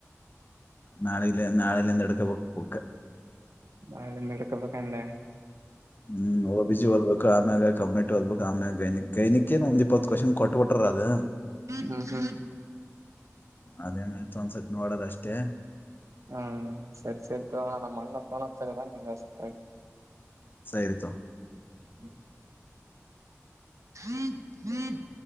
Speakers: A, on the left (about 40°); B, on the right (about 75°).
A: ನಾಳಿಲೆ ನಾಳಲಿಂದ ಹಿಡಕ ಬೇಕು ಬುಕ್ಕ
B: ನಾಳೆಲಿಂದ ಹಿಡಕಬೇಕ ಅಂದ್ಯಾ
A: ಹ್ಮ್ ಓ ಬಿ ಜಿ ಓದ್ಬೇಕ ಆಮ್ಯಾಗ ಕಂಮೆಟ್ ಓದ್ಬೇಕ ಆಮ್ಯಾಗ ಗೈನಿಕ್ ಗೈನಿಕೇನ್ ಒಂದ್ ಇಪ್ಪತ್ತ್ ಕ್ವಶನ್ ಕೊಟ್ಬಿಟ್ಟ್ ಟ್ರ ಆದ <inaudible>
B: ಹ್ಮ್ ಹ್ಮ್
A: ಅದೇನಿತ್ ಒಂದ್ಸತ್ ನೋಡೋದಷ್ಟೇ.
B: ಹ್ಮ್ ಸರಿ ಸರಿ ತೊಣ್ಣನಮ್ಮನ್ನ ಫೋನ್ ಹಚ್ಚಕತಾನ ನಿಂಗ್ ಹಚ್ತೇನಿ
A: ಸೈರಿ ತೊ.
B: <unintelligible> <inaudible>